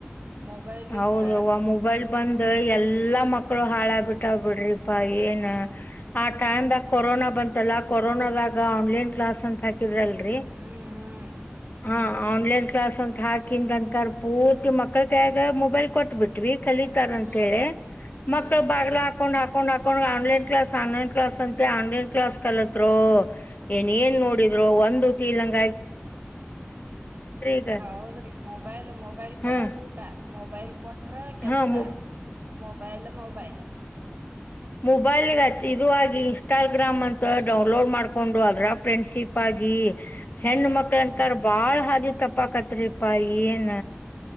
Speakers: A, on the right; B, on the left.
A: ಮೊಬೈಲಿಕ್ಕ
B: ಹೌದು ಯೌವ್ವ ಮೊಬೈಲ್ ಬಂದ. ಎಲ್ಲಾ ಮಕ್ಕಳು ಹಾಳ ಆಗಿ ಬಿಟ್ಟವ ಬಿಡ್ರಿಪಾ
A: ಹ್ಮ್
B: ಏನ
A: ಹ್ಮ್
B: ಆ ಟೈಮ್ ದಾಗ ಕೊರೋನಾ ಬಂತಲ್ಲ ಕೊರೋನದಾಗ ಆನ್ಲೈನ್ ಕ್ಲಾಸ್ ಅಂತ ಹಾಕಿ ಹಾಕಿರ ಅಲ್ಲ ರಿ
A: ಹ್ಮ್ ಹ್ಮ್
B: ಹಾ. ಆನ್ಲೈನ್ ಕ್ಲಾಸ್ ಅಂತ ಹಾಕಿನ್ ಅಂತರ ಪೂರ್ತಿ ಮಕ್ಕಳ ಕೈಯಾಗ ಮೊಬೈಲ್ ಕೊಟ್ಬ ಬಿಟ್ವಿ. ಕಲಿತಾರ
A: ಹ್ಮ್
B: ಅಂತ ಹೇಳಿ
A: ಹ್ಮ್
B: ಮಕ್ಕಳ ಬಗಲಾ ಹಾಕೊಂಡ್ ಹ ಹಾಕೊಂಡ್ ಹಾಕೊಂಡ ಆನ್ಲೈನ್ ಕ್ಲಾಸ್ ಆನ್ಲೈನ್ ಕ್ಲಾಸ್ ಅಂತೆ ಆನ್ಲೈನ್ ಕ್ಲಾಸ್ ಕಲತ್ರರೋ ಏನ್ ಇಲ್ ನೋಡಿದ ರೋ ಒಂದು ತಿಳಿಲ ಹಂಗ್ ಈಗ
A: ಹೌದ್ರಿ ಮೊಬೈಲ್ ಮೊಬೈಲ್ ಕೊರ
B: ಹಾ
A: ಊಟ. ಮೊಬೈಲ್ ಕೊಟ್ರ ಕೆಲ್ಸ
B: ಹಾ ಮು
A: ಮೊಬೈಲ ಮೊಬೈಲ.
B: ಮೊಬೈಲ್ ಎಲ್ಲಾ ಕಿದು ಆಗಿ. ಇಟಲ್ಗ್ರಾಮ್ ಅಂತ ಡೌನ್ಲೋಡ್ ಮಾಡ್ಕೊಂಡು ಅದ್ರ ಫ್ರೆಂಡ್ಶಿಪ್ ಆಗಿ
A: ಹ್ಮ್
B: ಹೆಣ್ಣ ಮಕ್ಕಳ್ ಅಂತರ. ಬಾಳ್ ಹಾದಿ ತಪ್ಪಕತ್ರಿಪಾ ಏನ್.